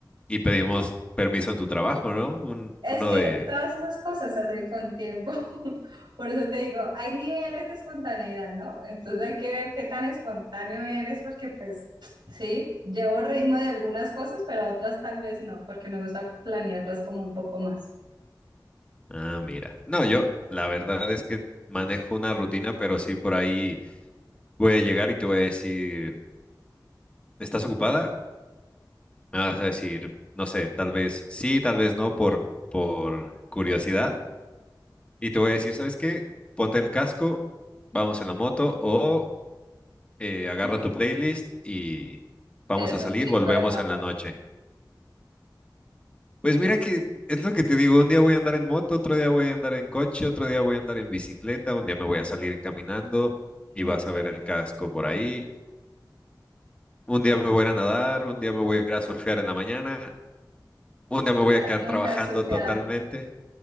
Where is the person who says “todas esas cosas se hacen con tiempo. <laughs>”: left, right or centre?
Right